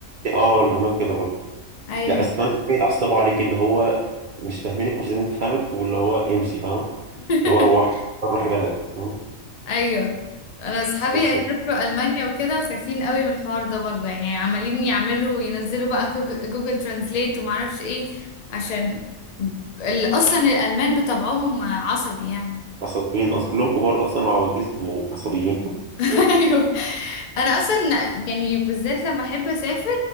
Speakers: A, on the right (about 90°); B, on the left (about 85°).
A: اه الالمان كده برضه
B: ايوه
A: لا بس كمان تلاقيهم يتعصبوا عليك اللي هو مش فاهمينك مش عايزين نفهمك واللي هو امشي فاهمه
B: <laughs>
A: اللي هو روحي روحي بلدك فاهمه
B: ايوه انا اصحابي
A: بس
B: هيسافروا المانيا وكده خايفين قوي من الحوار ده برضو يعني عمالين يعملوا ينزلوا بقى كوج- جوجل ترانزليت وما اعرفش ايه عشان ال- اصلا الالمان بطبعهم عصبي يعني
A: عصبيين اصل كلهم كبار اصلا وعواجيز وعصبيين <laughs>
B: <laughs> ايوه انا اصلا يعني بالذات لما احب اسافر